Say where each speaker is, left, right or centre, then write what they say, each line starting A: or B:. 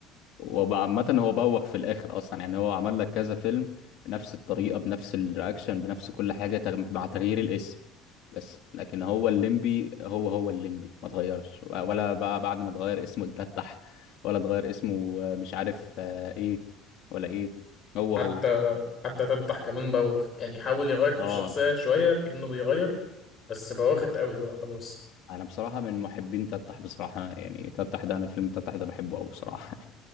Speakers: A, on the left; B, on the left.
A: وبقى عامة هو بوخ في الاخر اصلا يعني هو عمل لك كذا فيلم نفس الطريقة بنفس الرياكشن بنفس كل حاجة تغ... مع تغيير الاسم بس لكن هو الليمبي هو هو الليمبي ما اتغيرش ولا بقى بعد ما اتغير اسمه لتتح ولا اتغير اسمه آه، مش عارف آه، ايه ولا ايه هو
B: حتى
A: هو
B: حتى تفتح كمان بوخ يعني حاول يغير في
A: اه
B: الشخصيه شويه كانه بيغير بس بوخت قوي بقى خلاص
A: انا بصراحه من محبين تتح بصراحه يعني تتح ده انا فيلم تتح ده بحبه قوي بصراحه